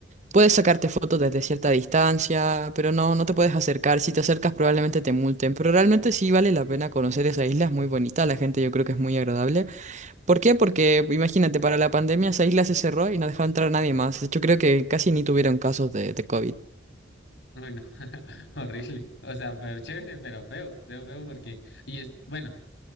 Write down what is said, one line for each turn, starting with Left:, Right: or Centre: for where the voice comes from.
Right: puedes sacarte fotos desde cierta distancia, pero no, no te puedes acercar, si te acercas probablemente te multen, pero realmente sí vale la pena conocer esa isla, es muy bonita, la gente yo creo que es muy agradable. ¿Por qué? Porque imagínate, para la pandemia esa isla se cerró y no dejaba entrar a nadie más, de hecho creo que casi ni tuvieron casos de, de COVID.
Left: Bueno, <laughs> horrible. O sea, pero chévere, pero feo, feo, feo porque... Y es, bueno.